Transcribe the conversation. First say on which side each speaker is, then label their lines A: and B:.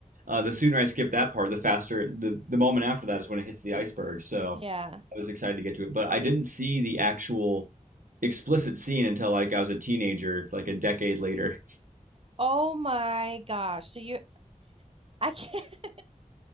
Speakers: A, on the right; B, on the right.
A: uh, the sooner I skip that part, the faster the the moment after that is when it hits the iceberg. So
B: Yeah.
A: I was excited to get to it, but I didn't see the actual explicit scene until like I was a teenager, like a decade later.
B: Oh my gosh. So you, I can't,